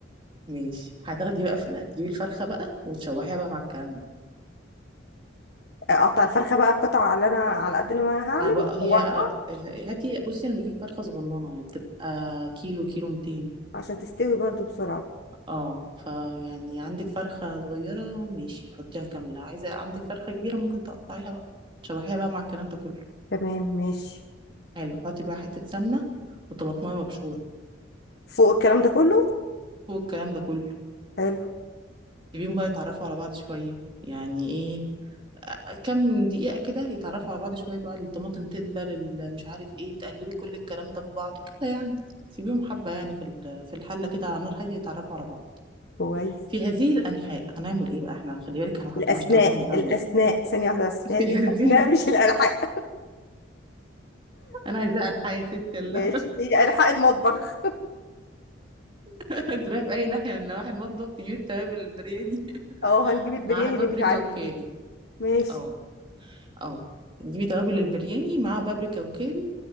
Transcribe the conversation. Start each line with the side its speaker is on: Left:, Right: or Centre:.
Right: ماشي هتاخدي بقى في ال- هتجيبي الفرخه بقى وتشوحيها بقى مع الكلام ده
Left: اقطع الفرخه بقى القطع اللي انا على قد ما انا هعمل
Right: انا بقى
Left: اشوحها
Right: هي هاتي بصي انا بجيب فرخه صغننه يعني بتبقى كيلو كيلو 200
Left: عشان تستوي برضو بسرعه
Right: اه فيعني عندك فرخه صغيره ماشي حطيها كامله عايزه عندك فرخه كبيره ممكن تقطعيها بقى تشوحيها بقى مع الكلام ده كله
Left: تمام ماشي
Right: حلو حطي بقى حته سمنه وطماطمايه مبشوره
Left: فوق الكلام ده كله
Right: فوق الكلام ده كله
Left: حلو
Right: سيبيهم بقى يتعرفوا على بعض شويه يعني ايه كام دقيقة كده يتعرفوا على بعض شوية بقى الطماطم تدبل ال- مش عارف ايه تقلبي كل الكلام ده في بعضه كده يعني سيبيهم حبة يعني في ال- في الحلة كده على نار هادية يتعرفوا على بعض
Left: كويس
Right: في هذه الأنحاء هنعمل ايه بقى احنا خلي بالك احنا ما حطيناش
Left: الاسناء
Right: توابل من الأول
Left: الاسناء ثانيه واحده بس
Right: <laughs>
Left: هذه
Right: في هذه
Left: الاسناء مش الالحاق
Right: أنا عايزة أنحاء يا ستي الله
Left: <laughs> ماشي هي الحاق المطبخ
Right: <laughs> تروحي في أي ناحية من نواحي المطبخ تجيبي التوابل البرياني
Left: <laughs>
Right: <laughs>
Left: اه هنجيب البرياني
Right: معاها بابريكا
Left: اللي مش عندي
Right: وكاري
Left: دي ماشي
Right: اه اه تجيبي توابل البرياني معاها بابريكا وكاري